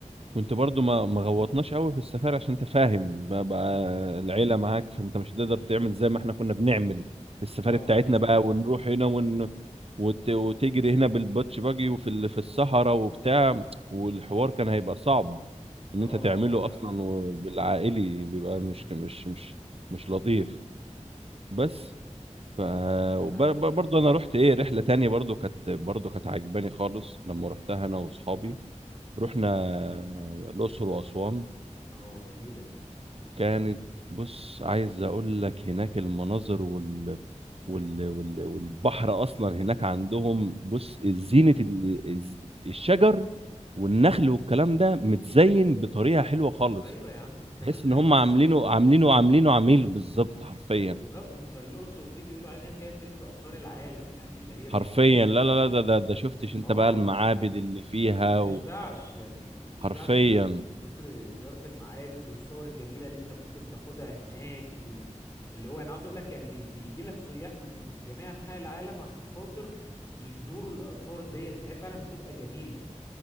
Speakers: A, on the right (about 50°); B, on the left (about 25°).
A: كنت برضو ما ما غوطناش قوي في السفاري عشان انت فاهم بقى,
B: امم
A: بقى
B: أمم.
A: العيله معاك فانت مش هتقدر تعمل زي ما احنا كنا بنعمل في السفاري
B: اه
A: بتاعتنا
B: فعلا
A: بقى ونروح هنا ون... وت... وتجري هنا بالباتش باجي وفي ال... في الصحراء وبتاع والحوار كان هيبقى صعب ان
B: اه
A: انت تعمله
B: اه فعلا
A: اصلا وبالعائلي بيبقى مش
B: امم
A: مش مش مش لطيف بس ف وب-
B: انا
A: ب- برضه انا رحت ايه رحله تانية برضه كانت برضه كانت عجباني خالص لما رحتها انا واصحابي
B: أمم.
A: رحنا الاقصر واسوان
B: اه جميلة دي
A: كانت بص عايز اقول لك هناك المناظر وال وال وال والبحر اصلا هناك عندهم بص زينة ال- الز- الشجر والنخل والكلام ده متزين بطريقة حلوة خالص
B: ايوه يا عم انت كمان
A: تحس ان
B: انت
A: هم عاملينه عاملينه عاملينه عميل بالظبط حرفيا
B: بالظبط انت الاقصر دي بيقولوا علينا فيها تلت اثار العالم يعني اللي هي انت
A: حرفيا لا لا لا ده ده, ده شفتش انت
B: اه
A: بقى المعابد اللي فيها
B: ما تشبعش يعني ما تشبعش
A: وحرفيا
B: من كتر زيارة المعابد والصور الجميلة اللي انت ممكن تاخدها هناك واللي هو انا عاوز اقول لك يعني بيجي لك سياح من جميع انحاء العالم عشان خاطر يزوروا الآثار ديت ان هي فعلا بتبقى جميلة